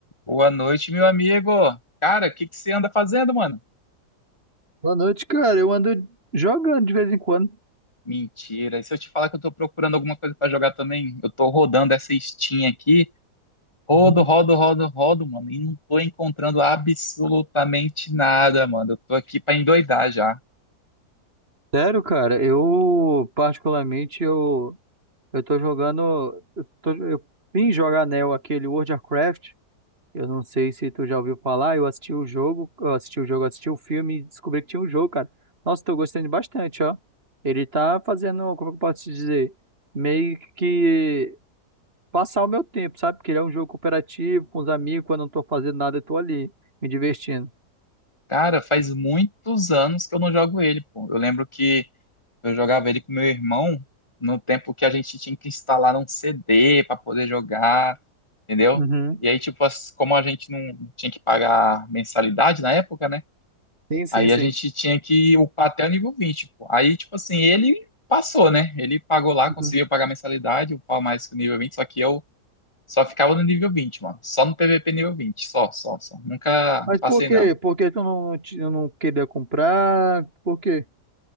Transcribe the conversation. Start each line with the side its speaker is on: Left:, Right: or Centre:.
Left: Boa noite, meu amigo. Cara, o que que você anda fazendo, mano?
Right: Boa noite, cara. Eu ando jogando de vez em quando.
Left: Mentira. E se eu te falar que eu tô procurando alguma coisa pra jogar também? Eu tô rodando essa Steam aqui. Rodo,
Right: Uhum.
Left: rodo, rodo, rodo, mano. E não tô encontrando absolutamente nada, mano. Eu tô aqui pra endoidar já.
Right: Sério, cara, eu particularmente eu eu tô jogando, eu, tô, eu vim jogar, né, o- aquele World of Warcraft. Eu não sei se tu já ouviu falar, eu assisti o jogo, eu assisti o jogo, assisti o filme e descobri que tinha um jogo, cara. Nossa, tô gostando bastante, ó. Ele tá fazendo, como é que eu posso te dizer, meio que passar o meu tempo, sabe? Porque ele é um jogo cooperativo com os amigos, quando eu não tô fazendo nada, eu tô ali me divertindo.
Left: Cara, faz muitos anos que eu não jogo ele, pô. Eu lembro que Eu jogava ele com meu irmão no tempo que a gente tinha que instalar um CD para poder jogar, entendeu?
Right: Uhum.
Left: E aí, tipo, as- como a gente não tinha que pagar mensalidade na época, né?
Right: Sim, sim,
Left: Aí
Right: sim.
Left: a gente tinha que upar até o nível 20 pô. Aí, tipo assim, ele passou, né? Ele pagou lá,
Right: Uhum.
Left: conseguiu pagar mensalidade, upar mais que o nível vinte só que eu só ficava no nível vinte mano. Só no PVP nível vinte só, só, só. Nunca
Right: Mas
Left: passei,
Right: por quê?
Left: não.
Right: Por que tu não, te- não queria comprar? Por quê?